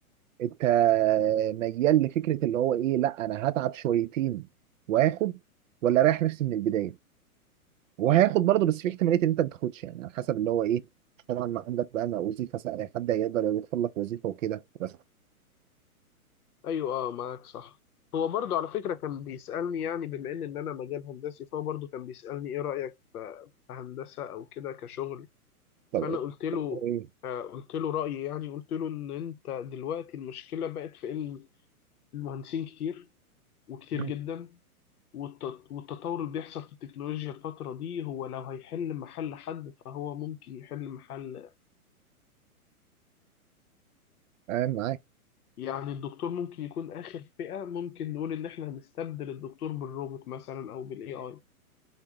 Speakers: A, on the right (about 60°); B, on the left (about 75°).
A: انت ميال لفكره اللي هو ايه لا انا هتعب شويتين واخد ولا رايح نفسي من البدايه وهياخد برضه بس في احتماليه ان انت ما تاخدش يعني على حسب اللي هو ايه طبعا ما عندك بقى ما وظيفه سهله حد هيقدر يوفر لك وظيفه وكده بس
B: ايوه اه معاك صح هو برضو على فكره كان بيسالني يعني بما ان ان انا مجال هندسي فهو برضو كان بيسالني ايه رايك في في هندسه او كده كشغل
A: طب
B: فانا
A: ايه
B: قلت له
A: إيه؟
B: آه قلت له رايي يعني قلت له ان انت دلوقتي المشكله بقت في ان المهندسين كتير وكتير
A: مم.
B: جدا والت- والتطور اللي بيحصل في التكنولوجيا الفترة دي هو لو هيحل محل حد فهو ممكن يحل محل
A: تمام معاك
B: يعني الدكتور ممكن يكون آخر فئة ممكن نقول إن إحنا هنستبدل الدكتور بالروبوت مثلا أو بالاي اي